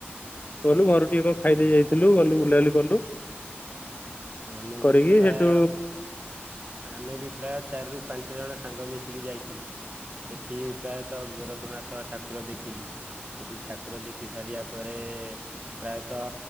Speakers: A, on the left; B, on the right.
A: ଗଲୁ ଘରୁ ଟିକେ କଣ ଖାଇ ଦେଇେକି ଯାଇଥିଲୁ। ଗଲୁ ବୁଲାବୁଲି କଲୁ।
B: ଆମେ
A: କରିକି
B: ବି ପ୍ରାୟ
A: ହେଟୁ
B: ଆମେ ବି ପ୍ରାୟ ଚାରିରୁ ପାଞ୍ଚ ଜଣ ସାଙ୍ଗ ମିଶିକି ଯାଇଥିଲୁ। ସେଠି ପ୍ରାୟତଃ ଗୋରଖନାଥ ଠାକୁର ଦେଖିଲୁ। ସେଠି ଠାକୁର ଦେଖି ଦେଖି ସାରିବା ପରେ, ପ୍ରାୟତଃ